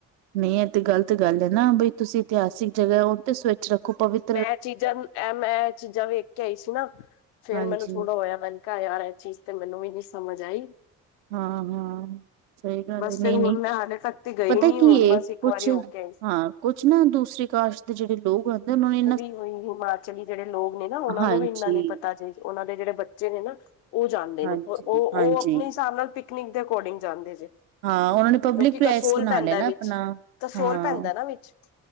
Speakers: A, on the right (about 65°); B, on the left (about 65°).
A: ਨਈ ਐ ਤੇ ਗਲਤ ਗਾੱਲ ਏ ਨਾ, ਬਈ ਤੂਸੀ ਇਤਿਹਾਸਿਕ ਜਗ੍ਹੈ, ਓ ਤੇ ਸ ਚ ਰਖੋ, ਪਵਿਤ
B: ਮੈਂ ਚੀਜ਼ਾਂ ਨੂ ਐ, ਮੈਂ ਚੀਜ਼ਾਂ ਵੇਖ ਕੇ ਆਈ ਸੀ ਨਾ, ਫੇਰ
A: ਹਾਂਜੀ
B: ਮੈਨੂ ਥੋੜਾ ਹੋਏਆ ਮੈਨ ਕਾ ਯਾਰ ਐ ਚੀਜ ਤੇ ਮੈਨੂੰ ਵੀ ਨੀ ਸਮਝ ਆਈ।
A: ਹਾਂ ਹਾਂ ਸਹੀ ਗੱਲ
B: ਬੱਸ
A: ਹੈ ਨਹੀਂ
B: ਫੇਰ ਹੁਨ
A: ਨਹੀਂ
B: ਮੈਂ ਹਲੇ ਤਕ ਤੇ ਗਈ
A: ਪਤਾ
B: ਨੀ,
A: ਕੀ
B: ਹੁਨ
A: ਹੈ
B: ਬੱਸ ਇੱਕ ਇੱਕ
A: ਕੁਛ
B: ਵਾਰੀ ਹੋ ਕੇ ਆਈ ਸੀ।
A: ਹਾਂ, ਕੁੱਛ ਨਾ ਦੂਸਰੀ ਕਾਸਟ ਦੇ ਜੇੜੇ ਲੋਕ ਹੋਂਦੇ, ਓਨਾਂ ਨੇ ਈ
B: ਓਵੀ ਹੂਂਈ, ਹਿਮਾਚਲੀ ਜੇੜੇ ਲੋਗ ਨੇ ਨਾ, ਓਨਾਂ
A: ਹਾਂਜੀ
B: ਨੂੰ ਵੀ ਇੰਨਾ ਨੀ ਪਤਾ ਚੀਜ, ਓਨਾਂ ਦੇ ਜੇੜੇ ਬੱਚੇ ਨੇ ਨਾ ਓ ਜਾਂਦੇ
A: ਹਾਂਜੀ
B: ਨੇ, ਓ, ਓ,
A: ਹਾਂਜੀ
B: ਓ ਅਪਨੇ ਹਿਸਾਬ ਨਾਲ ਪਿਕਨਿਕ ਦੇ ਅਕੋਰਡਿੰਗ ਜਾਂਦੇ ਜੇ।
A: ਹਾਂ ਉਹਨਾਂ ਨੇ ਪਬਲਿਕ
B: ਕਿਉਂਕਿ
A: ਪਲੇਸ
B: ਕਸੋਲ
A: ਬਣਾ
B: ਪੈਂਦੈ
A: ਲਿਆ ਨਾ ਆਪਣਾ
B: ਵਿੱਚ, ਕਸੋਲ
A: ਹਾਂ
B: ਪੈਂਦੈ ਨਾ ਵਿੱਚ।